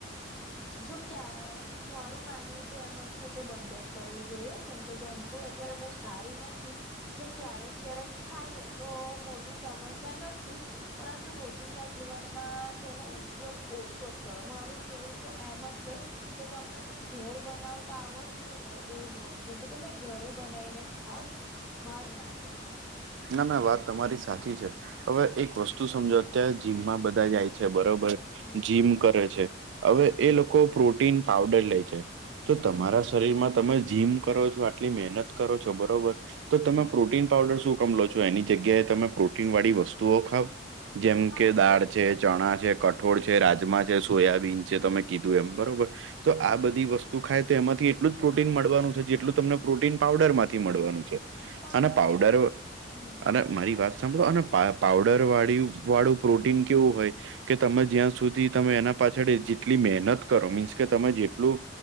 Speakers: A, in the centre; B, on the right.
A: જો કે આ મારું માનવું તો એમ જ છે કે બંધ જ કરવું જોઈએ કેમ કે જો કફુડ અત્યારે બોવ સારું નથી. જો ક્યારેક ક્યારેક ખાઈએ તો મોટી સમસ્યા નથી પરંતુ રોજિંદા જીવનમાં તેનો ઉપયોગ ઓછો જ કરો મારું કેવું તો એમ જ છે કે તમેને ઘેર બનાવતા આવડતું હોય એજ વસ્તુ તું તો તમે ઘરે બનાઈને ખાવ બહાર ના જશો.
B: ના ના વાત તમારી સાચી છે. હવે એક વસ્તુ સમજો અત્યારે જીમમાં બધા જાય છે બરોબર
A: હમ
B: જીમ કરે છે હવે
A: હમ
B: એ લોકો પ્રોટીન પાવડર લે છે તો
A: હમ
B: તમારા શરીરમાં તમે જીમ કરો છો આટલી મહેનત કરો છો બરોબર તો તમે
A: હમ
B: પ્રોટીન પાવઉડર શું હકમ લો છો એની જગ્યાએ તમે પ્રોટીનવાળી વસ્તુઓ ખાવ જેમ
A: હા
B: કે દાળ
A: એ
B: છે ચણા છે કઠોળ છે રાજમા છે સોયાબીન છે તમે કીધું એમ બરોબર તો આ બધી વસ્તુ ખાય તો એમાંથી એટલું જ પ્રોટીન મળવાનું છે જેટલું તમને પ્રોટીન પાવડરમાં થી મળવાનું છે
A: પણ
B: અને પાવડર
A: એમ હમ
B: અને મારી વાત સાંભળો અને પાવ પાવડરવાળું પ્રોટીન કેવું હોય કે તમે જ્યાં સુધી તમે એના પાછળ જેટલી મહેનત કરો મીન્સ કે તમે જેટલું